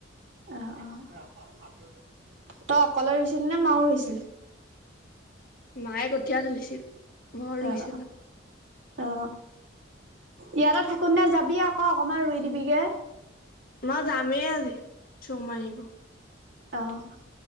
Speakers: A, on the right (about 70°); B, on the left (about 45°).
A: অ', অ', তই অকলে ৰুইছিলি নে মাও ৰুইছিলে?
B: মায়ে কঠীয়া তুলিছিল মই ৰুইছিলো।
A: অ' অ, ইয়াতে থাকোনতে যাবি আকৌ অকমান ৰুই দিবিগে।
B: মই যামেই আজি চুম আহিব।
A: অহ',